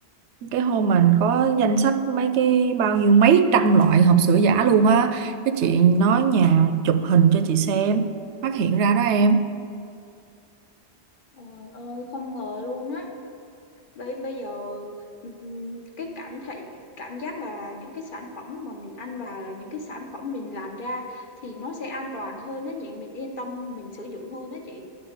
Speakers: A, on the right; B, on the left.
A: cái hôm mình có danh sách mấy cái bao nhiêu mấy trăm loại hộp sữa giả luôn á cái chị nói nhà chụp hình cho chị xem phát hiện ra đó em
B: trời ơi không ngờ luôn á bây bây giờ ừm, cái cảm thị cảm giác là những cái sản phẩm mà mình ăn vào là những cái sản phẩm mình làm ra thì nó sẽ an toàn hơn đó nhỉ mình yên tâm mình sử dụng hơn đó chị